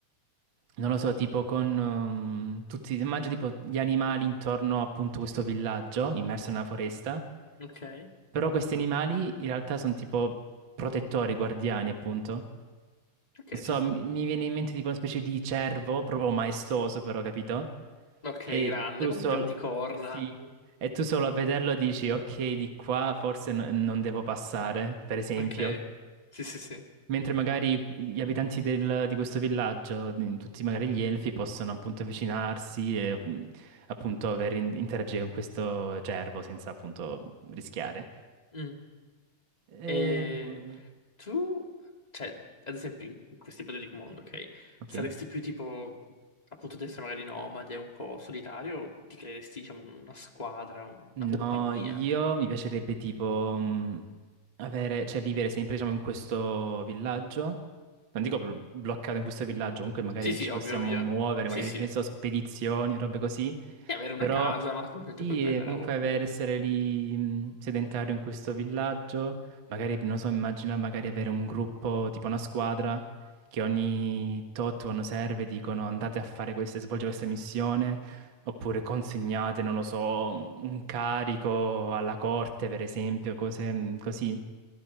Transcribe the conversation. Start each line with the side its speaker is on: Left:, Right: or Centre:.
Right: Non lo so, tipo con um, tutti, immagino tipo gli animali intorno appunto a questo villaggio immerso nella foresta.
Left: Ok.
Right: Però questi animali in realtà sono tipo protettori, guardiani, appunto.
Left: Ok,
Right: Non so,
Left: ci sta.
Right: mi mi viene in mente tipo una specie di cervo, proprio maestoso però, capito?
Left: Ok,
Right: E
Left: grande,
Right: tu
Left: con
Right: solo...
Left: grandi corna.
Right: Sì. E tu solo a vederlo dici, ok, di qua forse no- non devo passare, per esempio.
Left: Ok. Sì, sì, sì.
Right: Mentre magari gli abitanti del- di questo villaggio, di- tutti magari gli elfi, possono appunto avvicinarsi e mh, appunto aver in- interagire con questo cervo senza appunto rischiare.
Left: Mm.
Right: E...
Left: E
Right: Nulla.
Left: Tu, cioè, ad esempio, in in questo ipotetico mondo, ok?
Right: Ok.
Left: Saresti più tipo, appunto, di essere magari nomade, un po' solitario, o ti creeresti, diciamo, una squadra, un- una
Right: No,
Left: compagnia?
Right: io mi piacerebbe tipo mh, avere, cioè vivere sempre diciamo in questo villaggio. Non dico bl- bloccato in questo villaggio, comunque magari
Left: Sì, sì,
Right: ci
Left: ovvio,
Right: possiamo
Left: ovvio.
Right: muovere,
Left: Sì,
Right: magari
Left: sì.
Right: che
Left: E
Right: ne so, spedizioni, robe così.
Left: avere una
Right: Però
Left: casa, ma <laughs> semplicemente
Right: sì,
Left: poi puoi andare
Right: eh, comunque
Left: ovunque.
Right: avere, essere lì mh, sedentario in questo villaggio, magari, non so, immagina magari avere un gruppo, tipo una squadra, che ogni tot quando serve dicono andate a fare queste, svolgere questa missione. Oppure consegnate, non lo so, un carico alla corte, per esempio, cose mm, così.